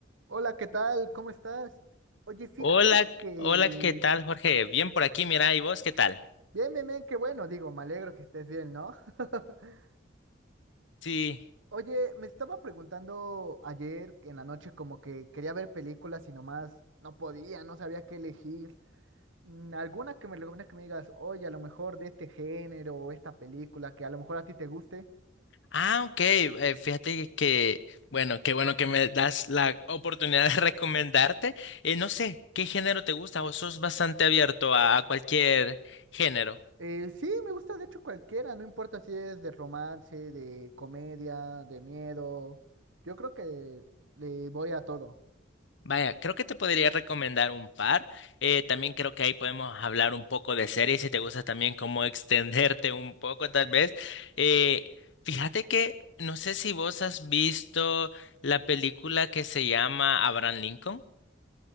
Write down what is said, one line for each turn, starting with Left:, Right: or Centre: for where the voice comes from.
Right: Hola, ¿qué tal? ¿Cómo estás? Oye, fíjate
Left: Hola,
Right: que...
Left: hola, ¿qué tal, Jorge? Bien por aquí, mira, ¿y vos qué tal?
Right: Bien, bien, bien, qué bueno, digo, me alegro que estés bien, ¿no? <laughs>
Left: Sí.
Right: Oye, me estaba preguntando ayer en la noche como que quería ver películas y nomás no podía, no sabía qué elegir. Mm, ¿Alguna que me recomiendas que me digas, oye, a lo mejor de este género o esta película que a lo mejor a ti te guste?
Left: Ah, ok, eh, fíjate que, bueno, qué bueno que me das la oportunidad de <laughs> recomendarte. Eh, no sé, ¿qué género te gusta? ¿O sos bastante abierto a, a cualquier género?
Right: Eh, sí, me gusta de hecho cualquiera, no importa si es de romance, de comedia, de miedo. Yo creo que le voy a todo.
Left: Vaya, creo que te podría recomendar un par. Eh, también creo que ahí podemos hablar un poco de series si te gusta también cómo <laughs> extenderte un poco tal vez. Eh, fíjate que no sé si vos has visto la película que se llama Abraham Lincoln.